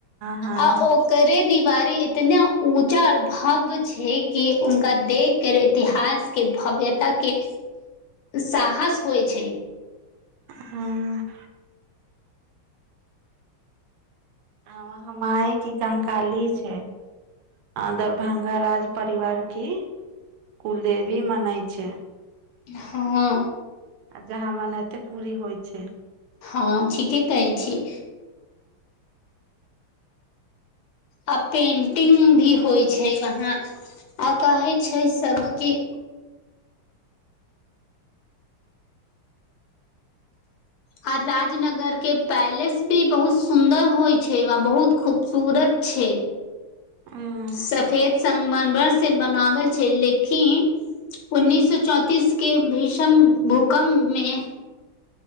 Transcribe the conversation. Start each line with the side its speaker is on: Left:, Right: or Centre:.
Right: हँ
Left: आ ओ करे दिवारी इतना ऊँचा आ भव्य छै कि उनका देख के इतिहास के भव्यता के साहस होइ छय।
Right: हं अ <unintelligible> हमाये के कंकाली छै। आ दरभंगा राज परिवार की कुलदेवी मनय छै।
Left: हं अ
Right: आ जहां मनएते पूरी होइ छय। <unintelligible>
Left: हं ठीके कहय छी। आ पेंटिंग भी होइ छै, वहां आ कहे छै सबकी आ राजनगर के पैलेस भी बहुत सुन्दर होय छैय वा बहुत खूबसूरत छै।
Right: हम्म,
Left: सफेद संगमरमर से बनाबल छै लेकिन उन्नीस सो चौंतीस के भीष्म भूकम मे